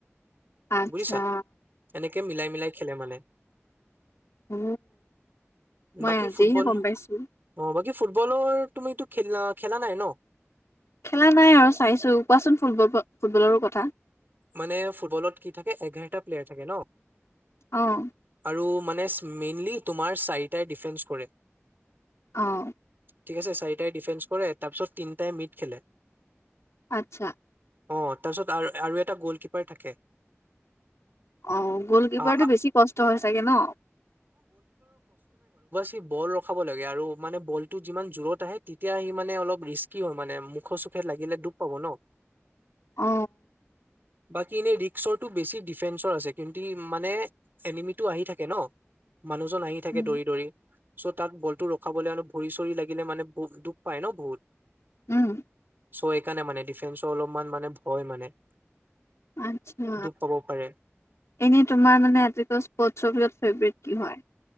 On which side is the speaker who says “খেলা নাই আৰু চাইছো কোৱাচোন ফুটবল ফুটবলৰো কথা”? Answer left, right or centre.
Left